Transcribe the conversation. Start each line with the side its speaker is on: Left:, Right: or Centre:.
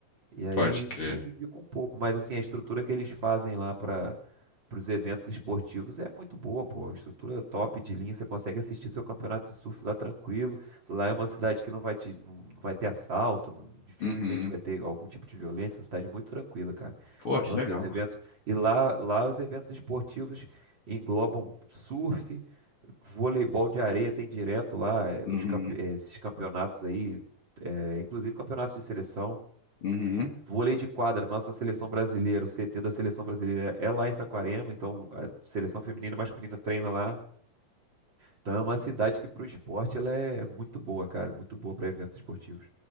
Right: E aí
Left: pode
Right: isso
Left: crer.
Right: prejudica um pouco, mas assim, a estrutura que eles fazem lá para os eventos esportivos é muito boa, pô. Estrutura é top de linha, você consegue assistir seu campeonato de surf lá tranquilo. Lá é uma cidade que não vai te, não não vai ter assalto, não- dificilmente
Left: Uhum.
Right: vai ter algum tipo de violência, é uma cidade muito tranquila, cara.
Left: Pô,
Right: Então,
Left: que
Right: assim,
Left: legal.
Right: os eventos. E lá, lá os eventos esportivos englobam surf, voleibol de areia tem direto lá, eh,
Left: Uhum.
Right: os campe- eh, esses campeonatos aí, eh, inclusive campeonatos de seleção.
Left: Uhum.
Right: Vôlei de quadra, nossa seleção brasileira, o CT da seleção brasileira é lá em Saquarema, então a seleção feminina e masculina treina lá. Então é uma cidade que pro esporte ela é muito boa, cara, muito boa para eventos esportivos.